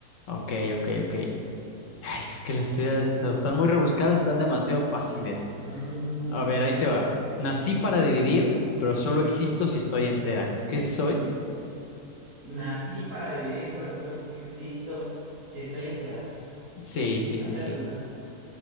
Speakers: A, on the left; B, on the right.
A: Ok, ok, ok. Ay, es que las teorías no, están muy rebuscadas, están demasiado fáciles.
B: Mm,
A: A ver, ahí te va. Nací para dividir, pero solo existo si estoy entera. ¿Qué soy?
B: nací para vivir, pero solo existo si estoy entera.
A: Sí, sí,
B: La
A: sí,
B: célula.
A: sí.